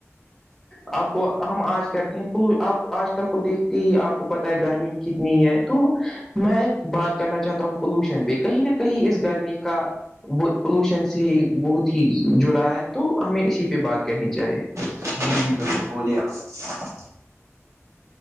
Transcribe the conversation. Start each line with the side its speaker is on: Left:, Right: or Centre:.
Centre: ا آپ کو ہم آج کرتے ہیں آپ آج کل کو دیکھتے ہی آپ کو پتا ہے گرمی کتنی ہے تو میں بات کرنا چاہتا ہوں پولوشن پہ کہیں نہ کہیں اس گرمی کا پولوشن سے بہت ہی جڑا ہے تو ہمیں اسی پہ بات کرنی چاہیے
Right: جی جی ب بوولیا <unintelligible>